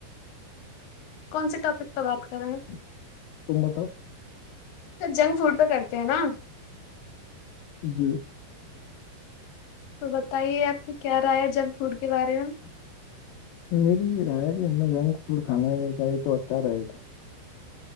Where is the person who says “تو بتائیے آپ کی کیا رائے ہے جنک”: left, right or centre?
Left